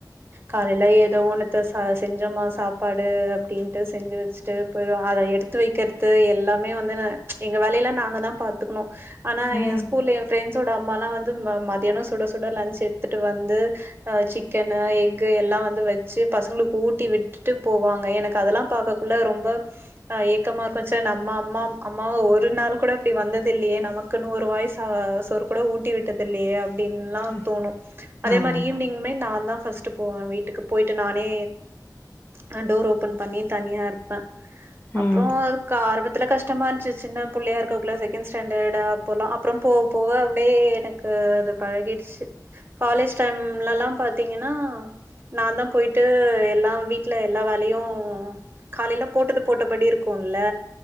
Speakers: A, on the right; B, on the left.
A: காலையில ஏதோ ஒன்னுத்த ச செஞ்சோமா சாப்பாடு அப்டின்ட்டு செஞ்சு வச்சுட்டு போயிடுவாங்க அத எடுத்து வைக்கர்த்து எல்லாமே வந்து ந எங்க வேலையிலா நாங்கதா பாத்துக்கனோ ஆனா
B: ம்
A: எ ஸ்கூல்ல எ ஃப்ரெண்ட்ஸோட அம்மாலா வந்து ம மதியானோ சுட சுட லஞ்ச் எடுத்துட்டு வந்து அ சிக்கன்னு எஃகு எல்லா வந்து வெச்சு பசங்களுக்கு ஊட்டி விட்டுட்டு போவாங்க எனக்கு அதெல்லா பாக்க குள்ள ரொம்ப அ ஏக்கமா இருக்கோ ச்ச நம்ம அம்மா அம்மாவா ஒரு நாள் கூட இப்டி வந்தது இல்லியே நமக்குன்னு ஒரு வாய் ச சோறு ட்டருது இல்லியே அப்டின்ல்லா
B: ம்
A: தோனோ அதே
B: ஆமா
A: மாரி ஈவ் னிங்மே நா தா ஃபர்ஸ்ட்டு போவ வீட்டுக்கு போயிட்டு நானே நா டோர் ஓப்பன் பண்ணி தனியா இருப்பே அப்றோ
B: ம் ம்
A: கா ஆரம்பத்துல கஷ்டமா இருந்துச்சி சின்னப் புள்ளையா இருக்கக்குள்ள செகண்ட் ஸ்டாண்டர்ட் அப்போலா அப்றோ போவ போவ அப்டே எனக்கு அது பழகிடுச்சு காலேஜ் டைம்லலா பாத்தீங்கன்னா நா தா போயிட்டு எல்லா வீட்ல எல்லா வேலையு காலேல போட்டது போட்டபடி இருக்குல்ல